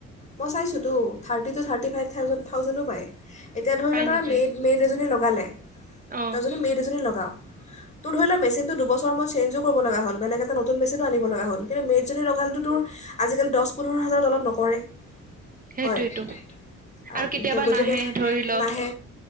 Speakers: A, on the left; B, on the right.
A: মই চাইছোঁতো thirty two, thirty five thousand, থাউজেণ্ডো পায়। এতিয়া ধৰি
B: পাই
A: ল, তই
B: নেকি
A: মেড, মেড এজনী লগ পালে
B: অ
A: তই যদি মেড এজনী লগাওঁ তোৰ ধৰি ল, মেচিনটো দুবছৰ মই চেনজো কৰিব লগা হ'ল, বেলেগ এটা নতুন মেচিন আনিব লগা হ'ল, কিন্তু মেড জনী লগালে তো তোৰ আজি কালি দচ, পোন্ধৰ হাজাৰৰ তলত নকৰে।
B: সেইটোয়েতো
A: হয়, আ,
B: আৰু কেতিয়াবা
A: গতিকে
B: নাহে ধৰি ল
A: নাহে।